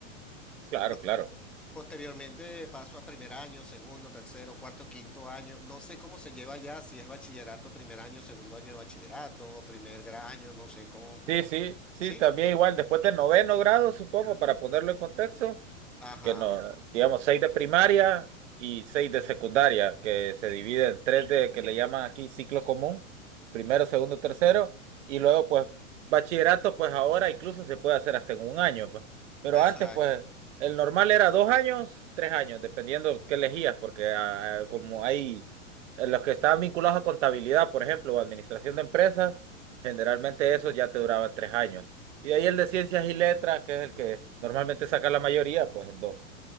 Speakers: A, on the right (about 65°); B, in the centre.
A: claro,
B: Pos-
A: claro.
B: Posteriormente paso a primer año, segundo, tercero, cuarto, quinto año. No sé cómo se lleva ya, si es bachillerato, primer año, segundo año de bachillerato o primer gra- año, no sé cómo, cómo.
A: Sí, sí, sí,
B: ¿Sí?
A: también igual, después del noveno grado, supongo, para ponerlo en contexto,
B: Ajá,
A: que no, digamos, seis de primaria y seis de secundaria, que se divide en tres de, que le llaman aquí ciclo común, primero, segundo, tercero, y luego pues bachillerato, pues ahora incluso se puede hacer hasta en un año, pues. Pero
B: exacto.
A: antes pues el normal era dos años, tres años, dependiendo qué elegías, porque ah, ah, como hay eh, los que estaban vinculados a contabilidad, por ejemplo, o administración de empresas, generalmente esos ya te duraban tres años. Y de ahí el de ciencias y letras, que es el que normalmente saca la mayoría, pues en dos.